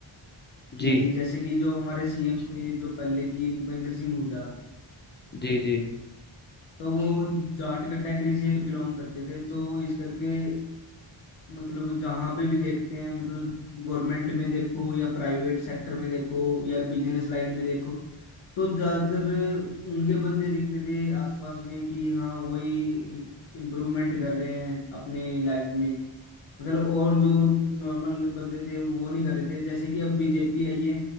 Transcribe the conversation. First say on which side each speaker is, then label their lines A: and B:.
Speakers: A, on the left; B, on the left.
A: जी
B: कि जैसे कि जो हमारे सीएम थे जो पहले की भूपेंद्र सिंह हुड्डा
A: जी जी
B: तो वो जाट कैटेगरी से बिलोंग करते थे तो इस करके मतलब जहाँ पे भी देखते हैं मतलब गवर्नमेंट में देखो या प्राइवेट सेक्टर में देखो या बिजनेस लाइन में देखो तो ज्यादातर उनके बंदे दिखते थे आसपास में कि हाँ वही इम्प्रूवमेंट कर रहे हैं अपने लाइफ में मतलब और जो नॉर्मल बंदे थे वो नहीं कर रहे थे जैसे कि अब बीजेपी आई है